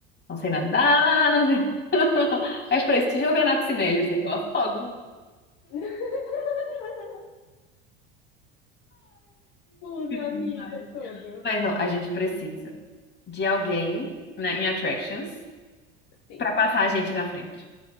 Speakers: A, on the left; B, on the left.
A: Não sei nadar, não sei. <laughs> Aí eu falei, se te jogar na piscina, ele disse, eu afogo.
B: <laughs> Tudo, amiga,
A: Demais.
B: tudo.
A: Mas, ó, a gente precisa de alguém, né, em Attractions
B: Sim.
A: pra passar a gente na frente.